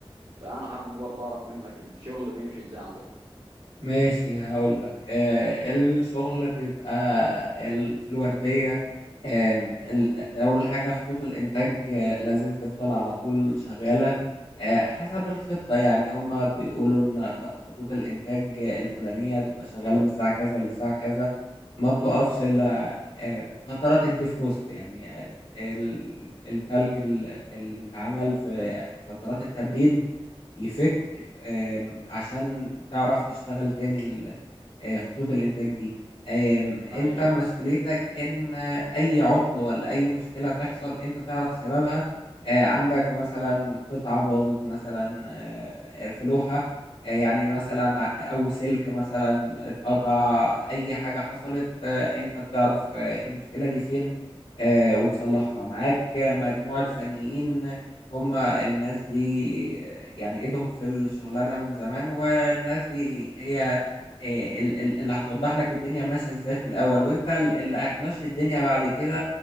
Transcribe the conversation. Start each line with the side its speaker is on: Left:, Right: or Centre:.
Right: فانا حابب برضه اعرف منك الشغل بيمشي ازاي عندكم
Left: ماشي هقول لك آه الشغل بيبقى ال- في الوردية آم، ال- أول حاجة خطوط الإنتاج آه، لازم تفضل على طول شغالة آه حسب الخطة يعني هما بيقولوا إن خ- خطوط الإنتاج آه، الفلانية تبقى شغالة من الساعة كذا للساعة كذا ما بتقفش إلا آه، في فترات الديفروست يعني آه، ال- التلج ال- اللي اتعمل في فترات التبريد يفك آم، عشان تعرف تشتغل تاني ال- آه، خطوط الإنتاج دي آم، أنت
Right: ايوه
Left: مسؤوليتك إن آه، أي عطل ولا أي مشكلة تحصل أنت تعرف سببها آه، عندك مثلا قطعة باظت مثلا آه، في لوحة آه، يعني مثلا ع- أو سلك مثلا اتقطع أي حاجة حصلت آه، أنت بتعرف آه، المشكلة دي فين آه، وتصلحها معاك مجموعة فنيين هم الناس دي يعني ايدهم في الشغلانة من زمان والناس دي هي إيه، ال- ال- اللي هتوضح لك الدنيا ماشية ازاي في الاول وانت ال- اللي هتمشي الدنيا بعد كده